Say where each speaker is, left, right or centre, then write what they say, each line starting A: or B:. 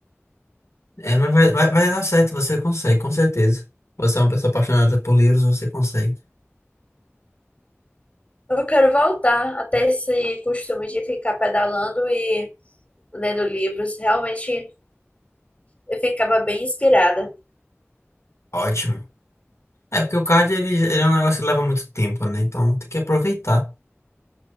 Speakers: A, on the left (about 85°); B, on the left (about 30°).
A: É, mas vai, vai, vai dar certo, você consegue, com certeza. Você é uma pessoa apaixonada por livros, você consegue.
B: Eu quero voltar até esse costume de ficar pedalando e lendo livros. Realmente eu ficava bem inspirada.
A: Ótimo. É porque o cardio ele, ele é um negócio que leva muito tempo, né? Então tem que aproveitar.